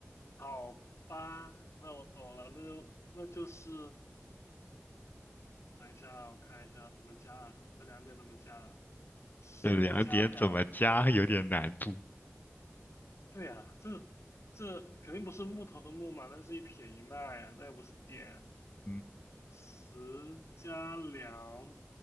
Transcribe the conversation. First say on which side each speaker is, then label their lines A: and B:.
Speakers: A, on the left; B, on the left.
A: 好吧，那我懂了，那就那就是，等一下，我看一下怎么加啊，这两点怎么加啊？十加两，
B: 这两点怎么加有点难度。
A: 对呀，这这肯定不是木头的木嘛，那是一撇一捺呀，那也不是点啊
B: 嗯，
A: 十加两